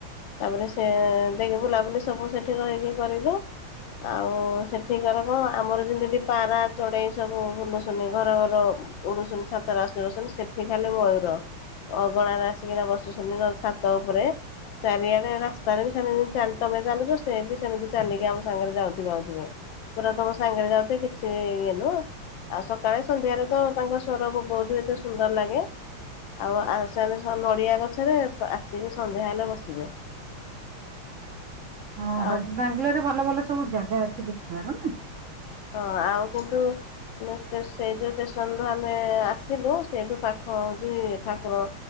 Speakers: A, on the left (about 70°); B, on the right (about 65°).
A: ତାପରେ ସେ ଦେଇକି ବୁଲାବୁଲି ସବୁ ସେଠି ରହିକି କରିବୁ। ଆଉ ସେଠିକାର କଣ ଆମର ଯେମିତି ପାରା ଚଢ଼େଇ ସବୁ ବୁଲୁଛନ୍ତି ଘର ଘର ଉଡୁସନ୍ ଛାତରେ ଆସିବସୁସନ୍ ସେଠି ଖାଲି ମୟୂର। ଅଗଣାରେ ଆସିକିନା ବଶୁଛନ୍ତି ନହେଲେ ଛାତ ଉପରେ। ଚାରିଆଡେ ରାସ୍ତାରେ ବି ସେମ୍ ଚାଲ ତମେ ଚାଲୁଚ ସେ ସେ ବି ସେମିତି ଚାଲିକି ଆମ ସାଙ୍ଗରେ ଯାଉଥିବେ ଆଉଥିବେ। ପୁରା ତମ ସାଙ୍ଗରେ ଯାଉଥିଵେ କିଛି ଇଏ ନୁହଁ। ଆଉ ସକାଳେ ସନ୍ଧ୍ୟାରେ ତ ତାଙ୍କ ସ୍ୱର ବହୁତ ଏତେ ସୁନ୍ଦର ଲାଗେ। ଆଉ ଆ ସେମାନେ ସବ ନଡିଆ ଗଛରେ ପ ଆସିକି ସନ୍ଧ୍ୟା ହେଲେ ବସିବେ।
B: ହଁ
A: ଆଉ
B: ହଚ ବାଙ୍ଗାଲୋରରେ ଭଲ ଭଲ ସବୁ ଜାଗା ଅଛି ଦେଖିବାର ନା?
A: ହଁ ଆଉ କୁନଟୁ ନେଷ୍ଟ ଟେସ ସେଇ ଯୋଉ ଷ୍ଟେସନ ରୁ ଆମେ ଆସିଲୁ, ସେଇଠୁ ପାଖ ହୋଉଚି ଠାକୁର